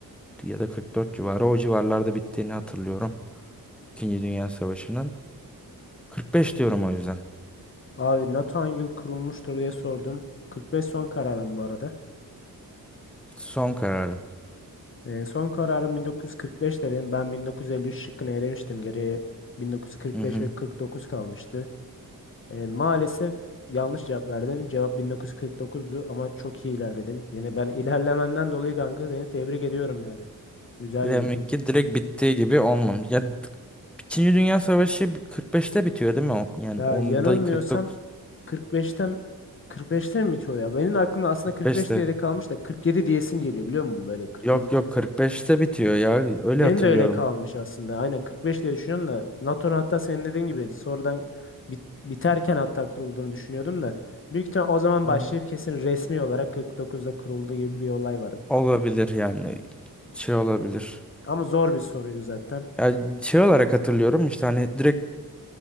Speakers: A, in the centre; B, on the left.
A: ya da 44 civarı o civarlarda bittiğini hatırlıyorum. İkinci Dünya Savaşı'nın. 45 diyorum o yüzden.
B: Abi NATO hangi yıl kurulmuştur diye sordum. 45 son kararım bu arada.
A: Son kararım.
B: Ee, son kararım 1945 dedim. Ben 1953 şıkkını elemiştim. Geriye 1945
A: Hı hı.
B: ve 49 kalmıştı. E, maalesef yanlış cevap verdin. Cevap bin dokuz yüz kırk dokuzdu ama çok iyi ilerledin. Yine ben ilerlemenden dolayı kanka seni tebrik ediyorum yani. Güzel
A: Demek
B: dedin.
A: ki direkt bittiği gibi olmamış. Ya İkinci Dünya Savaşı 45'te bitiyor değil mi? o? Yani
B: Ya
A: onda
B: yanılmıyorsam
A: 49
B: kırk beşten kırk 45'te mi bitiyor ya? Benim de aklımda aslında
A: 45'te
B: 45 diye de kalmış da 47 diyesim geliyor biliyor musun? Böyle 47
A: Yok
B: 48.
A: yok 45'te bitiyor ya. Öyle
B: Benim
A: hatırlıyorum.
B: de öyle kalmış aslında. Aynen 45 diye düşünüyorum da NATO'nun hatta senin dediğin gibi sonradan bit- biterken hatta kurulduğunu düşünüyordum da büyük ihtimal o zaman başlayıp
A: Hı hı.
B: kesin resmi olarak kırk dokuzda kuruldu gibi bir olay var.
A: Olabilir yani. Şey olabilir.
B: Ama zor bir soruydu zaten.
A: Yani şey olarak hatırlıyorum işte hani direkt